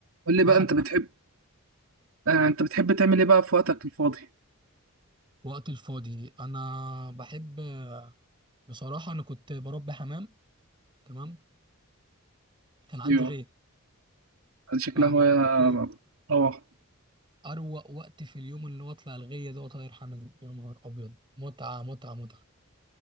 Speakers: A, on the right; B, on the right.
A: قول لي بقى
B: يا حبيبي
A: انت بتحب آه، انت بتحب تعمل ايه بقى في وقتك الفاضي
B: وقت الفاضي انا بحب بصراحه انا كنت بربي حمام تمام كان عندي
A: ايوه
B: غيه
A: هذه شكلها
B: فانا
A: هواية
B: عايز اقول لك
A: روعة
B: اروق وقت في اليوم اللي هو اطلع الغيه ده واطير حمام يا نهار ابيض متعه متعه متعه